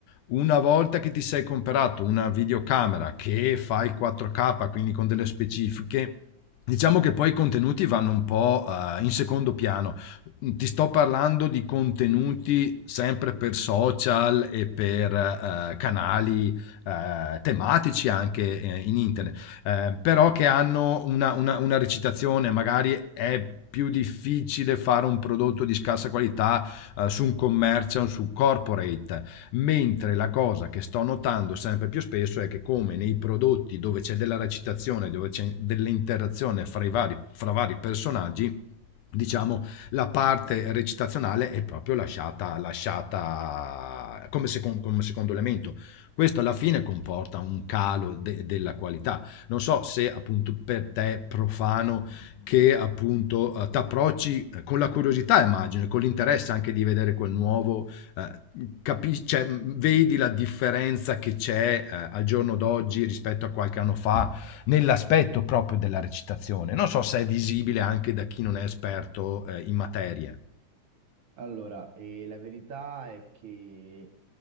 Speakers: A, on the left; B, on the right.
A: una volta che ti sei comperato una videocamera che fa il 4K, quindi con delle specifiche, Diciamo che poi i contenuti vanno un po' eh, in secondo piano. Ti sto parlando di contenuti sempre per social e per eh, canali eh, tematici anche eh, in internet, eh, però che hanno una, una- una recitazione, magari è più difficile fare un prodotto di scarsa qualità eh, su un commercial, su corporate mentre la cosa che sto notando sempre più spesso è che come nei prodotti dove c'è della recitazione, dove c'è dell'interazione fra i vari, fra vari personaggi, diciamo la parte recitazionale è proprio lasciata, lasciata come, secondo, come secondo elemento. Questo alla fine comporta un calo de- della qualità. Non so se appunto per te profano che appunto eh, ti approcci con la curiosità, immagino, e con l'interesse anche di vedere quel nuovo, eh, Capisci, cioè, mhmm, vedi la differenza che c'è, ehm, al giorno d'oggi rispetto a qualche anno fa, nell'aspetto proprio della recitazione. Non so se è visibile anche da chi non è esperto, ehm, in materia.
B: Allora, eh, la verità è che